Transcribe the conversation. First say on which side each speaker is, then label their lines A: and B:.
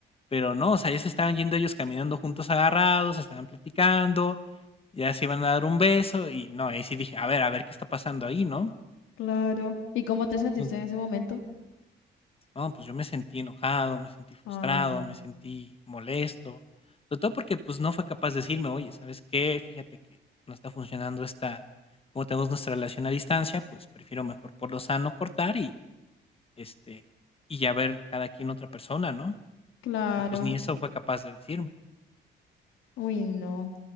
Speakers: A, on the left; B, on the left.
A: Pero no, o sea, ya se estaban yendo ellos caminando juntos agarrados, estaban platicando, ya se iban a dar un beso y no, ahí sí dije, a ver, a ver qué está pasando ahí, ¿no?
B: claro. ¿Y cómo te sentiste
A: Y,
B: en ese momento?
A: no, pues yo me sentí enojado, me sentí frustrado,
B: Ay,
A: me sentí molesto, sobre todo porque pues no fue capaz de decirme, oye, ¿sabes qué? Fíjate que no está funcionando esta, como tenemos nuestra relación a distancia, pues prefiero mejor por lo sano cortar y este, y ya ver cada quien otra persona, ¿no?
B: Claro.
A: Pero pues ni eso fue capaz de decirme.
B: Uy, no.